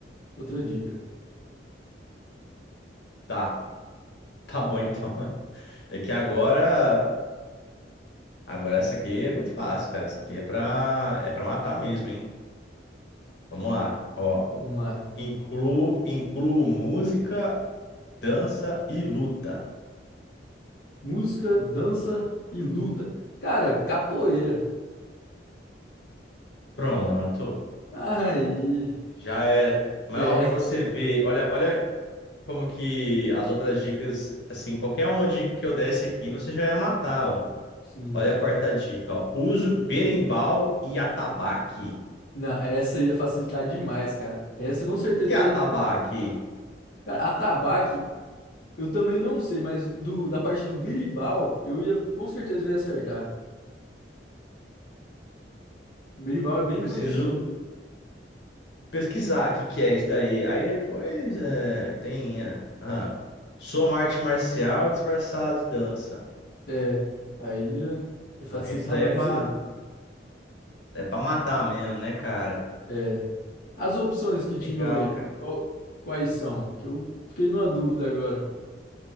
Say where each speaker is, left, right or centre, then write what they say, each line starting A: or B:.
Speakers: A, on the left (about 50°); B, on the left (about 70°).
A: Outra dica.
B: Tá, tá bom então. É que agora. Agora essa aqui é muito fácil, cara. Essa aqui é pra, é pra matar mesmo, hein? Vamos lá. Ó.
A: Vamos lá.
B: Incluo, incluo música, dança e luta.
A: Música, dança e luta. Cara, capoeira.
B: Pronto.
A: Aí.
B: Já era. Mas,
A: É,
B: ó, pra
A: é-
B: você ver, olha, olha como que as outras dicas, assim, qualquer uma dica que eu desse aqui, você já ia matar, ó.
A: sim.
B: Olha a quarta dica, ó. Uso berimbau e atabaque.
A: Não, essa ia facilitar demais, cara. Essa com certeza
B: O que é atabaque?
A: eu ia acertar. Cara, atabaque, eu também não sei, mas do, da parte do birimbau, eu ia, com certeza eu ia acertar. O birimbau é bem
B: Preciso
A: conhecido.
B: pesquisar o que, que é isso daí. Aí depois é, tem. É, ah, sou uma arte marcial disfarçada de dança.
A: É, aí é, é facilitar
B: Ah, esse daí
A: <laughs> mais
B: é pra,
A: ainda.
B: é pra matar mesmo, né, cara?
A: É, as opções que tinham
B: Legal,
A: aí,
B: cara.
A: qual- quais são? Que eu fiquei numa dúvida agora.